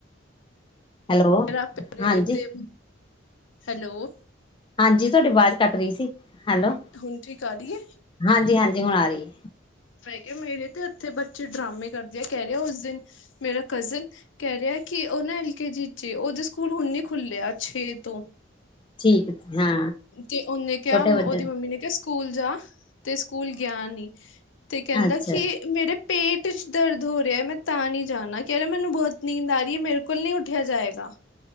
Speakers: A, on the left; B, on the left.
A: ਹੈਲੋ
B: ਮੈਂ ਰੱਖ ਕੇ
A: ਹਾਂਜੀ
B: ਆਈ, ਤੇ ਹੈਲੋ।
A: ਹਾਂਜੀ ਤੁਹਾਡੀ ਆਵਾਜ਼ ਕੱਟ ਰਹੀ ਸੀ, ਹੈਲੋ
B: ਹੁਣ ਠੀਕ ਆ ਰਹੀ ਹੈ
A: ਹਾਂਜੀ, ਹਾਂਜੀ ਹੁਣ ਆ ਰਹੀ ਐ।
B: ਮੈ ਕਿਹਾ ਮੇਰੇ ਤੇ ਇੱਥੇ ਬੱਚੇ ਡਰਾਮੇ ਕਰਦੇ ਆ, ਕਹਿ ਰਹੇ ਐ ਉਸ ਦਿਨ ਮੇਰਾ ਕਜ਼ਨ ਕਹਿ ਰਿਹਾ ਕਿ ਉਹ ਨਾ ਐਲ ਕੇ ਜੀ ਚ ਏ, ਉਹਦਾ ਸਕੂਲ ਹੁਣ ਨੀ ਖੁੱਲਿਆ ਛੇ ਤੋਂ
A: ਠੀਕ ਏ ਹਾਂ।
B: ਤੇ ਉਨੇ ਕਿਆ
A: ਛੋਟੇ
B: ਮ
A: ਬੱਚੇ
B: ਉਦੀ ਮੰਮੀ ਨੇ ਕਿਆ ਕਿ ਸਕੂਲ ਜਾ ਤੇ ਸਕੂਲ ਗਿਆ ਨਈ। ਤੇ ਕੈਂਦਾ
A: ਅੱਛਾ
B: ਕਿ ਮੇਰੇ ਪੇਟ 'ਚ ਦਰਦ ਹੋ ਰਿਆ ਮੈਂ ਤਾਂ ਨੀ ਜਾਣਾ ਕੈ ਰਿਆ ਮੈਨੂੰ ਬੋਤ ਨੀਂਦ ਆ ਰਈ ਐ‌ ਮੇਰੇ ਕੋ ਲੋ ਨੀ ਉੱਠੇਆ ਜਾਏਗਾ।